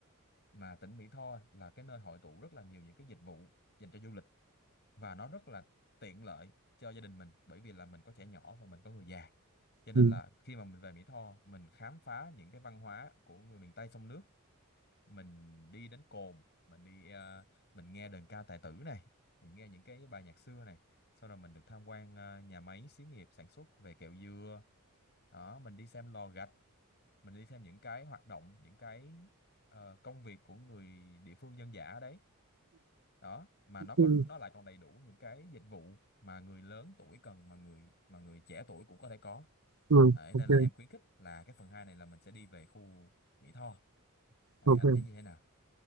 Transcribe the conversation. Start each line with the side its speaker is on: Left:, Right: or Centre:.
Left: mà tỉnh Mỹ Tho là cái nơi hội tụ rất là nhiều những cái dịch vụ dành cho du lịch và nó rất là tiện lợi cho gia đình mình bởi vì là mình có trẻ nhỏ và mình có người già cho nên
Right: ừ.
Left: là khi mà mình về Mỹ Tho mình khám phá những cái văn hóa của người miền Tây sông nước mình đi đến cồn mình đi ờ, mình nghe đờn ca tài tử này mình nghe những cái bài nhạc xưa này sau đó mình được tham quan ờ, nhà máy xí nghiệp sản xuất về kẹo dừa đó mình đi xem lò gạch mình đi xem những cái hoạt động những cái ờ, công việc của người địa phương dân dã ở đấy đó mà nó
Right: Ừ,
Left: còn nó lại còn đầy đủ những cái dịch vụ mà người lớn tuổi cần mà người mà người trẻ tuổi cũng có thể có
Right: ừ,
Left: đấy,
Right: ok,
Left: nên là em khuyến khích là cái phần 2 này là mình sẽ đi về khu Mỹ Tho đấy,
Right: ok.
Left: anh thấy như thế nào